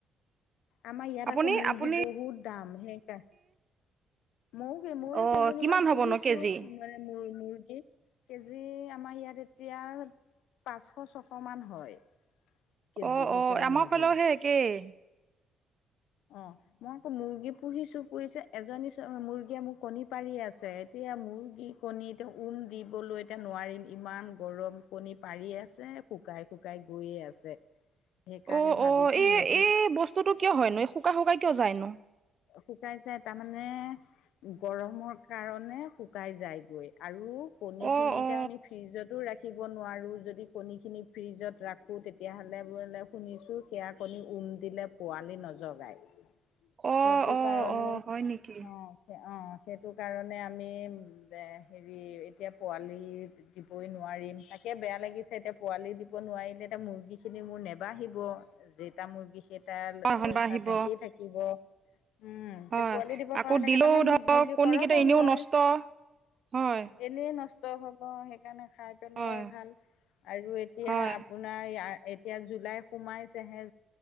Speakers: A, on the left; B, on the right.
A: আমাৰ ইয়াত
B: আপুনি
A: আকৌ মুৰ্গী
B: আপুনি
A: বহুত দাম, সেইকাৰ মও, ময়ো
B: অঁ
A: কেইজনীমান
B: কিমান হ'বনো
A: পুহিঁছো
B: কেজি
A: মানে মূৰ, মূৰ কেজি আমাৰ ইয়াত এতিয়া পাঁচশ, ছশ মান হয় কেজি,
B: অঁ অঁ
A: লোকেল
B: আমাৰ
A: মূৰ্গীৰ।
B: ফালেও সেই একেই
A: অ', মই আকৌ মূৰ্গী পুহিঁছো, পুহিঁছো, এজনী চো, মূৰ্গীয়ে মোৰ কণী পাৰিয়েই আছে, এতি এতিয়া মূৰ্গী কণী এতিয়া উম দিবলৈ এতিয়া নোৱাৰিম, ইমান গৰম! কণী পাৰিয়ে আছে। যে শুকাই, শুকাই গৈয়ে আছে। সেইকাৰণে
B: অ,
A: ভাবিছো
B: অ, এই,
A: মুৰ্গী
B: এই বস্তুতটো কিয় হয়নো? এই শুকাই, শুকাই কিয় যায়নো?
A: শুকাই যায় তাৰমানে গৰমৰ কাৰণে শুকাই যায়গৈ। আৰু কণীখিনি
B: অ
A: এতিয়া
B: অ
A: আমি ফ্ৰিজতো ৰাখ ৰাখিব নোৱাৰোঁ। যদি কণীখিনি ফ্ৰিজত ৰাখোঁ, তেতিয়াহ'লে বোলে শুনিছোঁ সেয়া কণী উম দিলে পোৱালি নজগায়।
B: অ
A: সেইটো
B: অ
A: কাৰণে,
B: অ হয় নেকি?
A: অ', সেয়া। অ', সেইটো কাৰণে আমি বে, হেৰি, এতিয়া পোৱালি দিবই নোৱাৰি দিম, তাকে বেয়া লাগিছে এতিয়া পোৱালি দিব নোৱাৰিলে, এতিয়া মূৰ্গীখিনি মোৰ নেবাঢ়িব। যেইটা মূৰ্গী কেইটা, ল,
B: হয় শনিবাৰ
A: উঠা
B: আহিব
A: টেংকি থাকিব। উম, এতিয়া
B: হয়
A: পোৱালি দিব
B: আকৌ
A: পৰা হ'লে
B: দিলেও
A: কেইটামান
B: ধৰক
A: মূৰ্গী
B: কণীকেইটা
A: সৰহ হ'ল
B: এনেও
A: হয়।
B: নষ্ট হয়
A: এনেই নচ ষ্ট হ'ব, সেইকাৰণে খাই পেলোৱাই
B: হয়
A: ভাল। আৰু এতিয়া
B: হয়
A: আপোনাৰ ইয়াৰ এতিয়া জুলাই সোমাইছেহে,